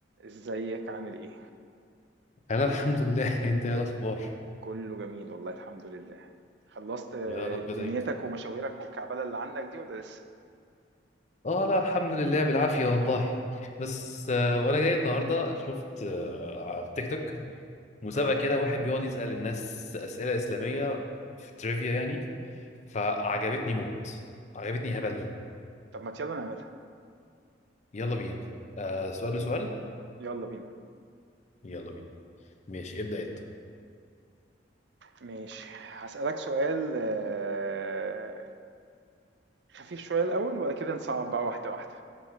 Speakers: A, on the right; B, on the left.
A: ازيك عامل ايه؟
B: انا الحمد لله <laughs> انت ايه الاخبار
A: كله جميل والله الحمد لله خلصت
B: يا رب دايما
A: دنيتك ومشاويرك والكعبلة اللي عندك دي ولا لسه؟
B: اه لا الحمد لله بالعافيه والله بس آه، وانا جاي النهارده شفت آه، على التيك توك مسابقه
A: اه
B: كده واحد بيقعد يسال الناس اسئله اسلاميه في تريفيا يعني فعجبتني موت عجبتني هبل
A: طب ما يلا نعملها
B: يلا بينا آه سؤال لسؤال
A: يلا بينا
B: يلا بينا ماشي ابدا انت
A: ماشي هسألك سؤال آه، خفيف شوية الأول وبعد كده نصعب بقى واحدة واحدة